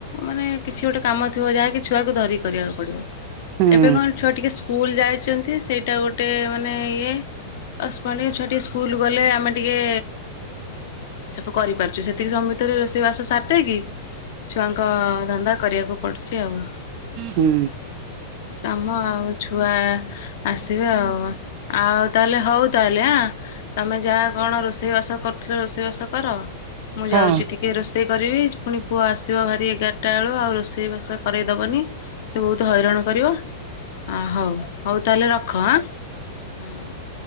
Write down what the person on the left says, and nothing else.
ମାନେ କିଛି ଗୋଟେ କାମ ଥିବ ଯାହାକି ଛୁଆକୁ ଧରିକି କରିବାକୁ ପଡିବ।
ଏବେ କଣ ଛୁଆ ଟିକେ ସ୍କୁଲ ଯାଇଛନ୍ତି ସେଇଠ ଏଇଟା ଗୋଟେ ମାନେ ଇଏ, ସେପଟେ ଛୁଆ ଟିକେ ସ୍କୁଲ ଗଲେ ଆମେ ଟିକେ ସବୁ କରିପାରୁଛୁ, ସେତିକି ସମ ଭିତରେ, ରୋଷେଇ ବାସ ସରିଦେଇକି ଛୁଆଙ୍କ ଧନ୍ଦା, କରିବାକୁ ପଡୁଛି ଆଉ।
କାମ ଆଉ ଛୁଆ ଆସିବେ ଆଉ, ଆଉ ତାହେଲେ ହଉ ତାହେଲେ ଆଁ। ତମେ ଯାହା କଣ ରୋଷେଇ ବାସ କରୁଥିଲ ରୋଷେଇ ବାସ କର। ମୁଁ
ଯାଉଛି ଟିକେ ରୋଷେଇ କରିବି। ପୁଣି ପୁଅ ଆସିବ ଭାରି ଏଗାରଟା ବେଳୁ, ଆଉ ରୋଷେଇବାସ କରେଇଦବନି। ସେ ବହୁତ ହଇରାଣ କରିବ, ହଉ ହଉ ତାହେଲେ ରଖ ହଁ ହଁ ହଁ।